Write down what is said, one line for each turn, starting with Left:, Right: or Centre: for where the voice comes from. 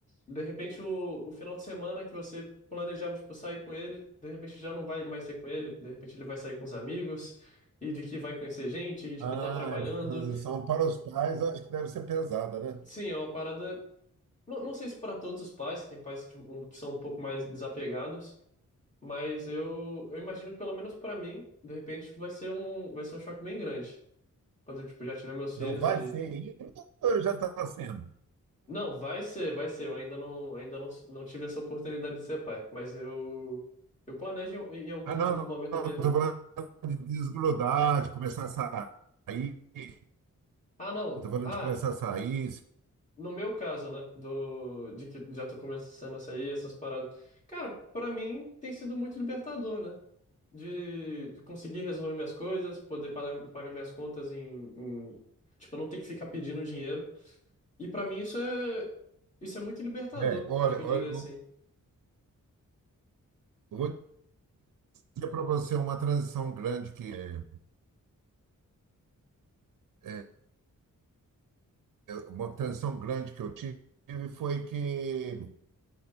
Left: de repente o, o final de semana que você planejava, tipo, sair com ele, de repente já não vai mais ser com ele, de repente ele vai sair com os amigos, e de que vai conhecer gente, e de
Right: Ah,
Left: que tá trabalhando.
Right: essa transição para os pais, eu acho que deve ser pesada, né?
Left: Sim, é uma parada. Não, não sei se para todos os pais, se tem pais que, tipo, um- que são um pouco mais desapegados, Mas eu, eu imagino que pelo menos pra mim, de repente, vai ser um, vai ser um choque bem grande. Quando eu, tipo, já tiver meus
Right: Não
Left: filhos
Right: vai
Left: e.
Right: ser ainda ou já está sendo?
Left: Não, vai ser, vai ser. Eu ainda não, ainda não, não tive essa oportunidade de ser pai. Mas eu, eu planejo em, em algum
Right: Ah, não,
Left: momento da
Right: não,
Left: minha
Right: estou
Left: vida.
Right: falando de desgrudar, de começar a sair. Eu
Left: Ah, não.
Right: estou falando
Left: Ah,
Right: de começar a sair.
Left: no meu caso, né? Do, de que já tô começando a sair, essas paradas. Cara, pra mim tem sido muito libertador, né? De conseguir resolver minhas coisas, poder pagar, pagar minhas contas em, em. Tipo, eu não ter que ficar pedindo dinheiro. E pra mim isso é isso é muito libertador.
Right: É, olha,
Left: Eu acho que eu diria
Right: olha, eu
Left: assim.
Right: eu vou dizer para você uma transição grande que é, uma transição grande que eu tive foi que